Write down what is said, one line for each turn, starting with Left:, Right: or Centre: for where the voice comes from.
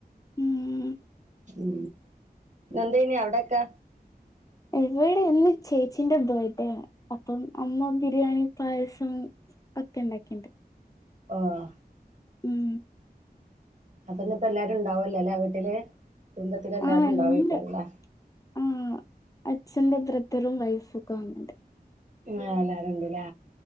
Left: ഉം
Right: ഉ എന്തേ നീ അവിടെകെ
Left: എവിടെ എന്ന് ചേ ചിന്റെ ബേർടെ ആണ് അപ്പം അമ്മ ബിരിയാണി പായസം ഒക്കെ ഉണ്ടാക്കിണ്ട്
Right: ആഹ
Left: ഉം
Right: അപ്പൊന്ന ഇപ്പ എല്ലാരും ഉണ്ടാവല്ലോല്ലേ വീട്ടില് കുടുംബത്തി എല്ലാരും
Left: ആ
Right: ഇണ്ടാവകരമ്മളെ
Left: ഉണ്ട് ആ അച്ഛന്റെ ഭ്രത്തറും വയഫു ഖ ഉണ്ട്
Right: ആ അല്ലാരുംണ്ടലെ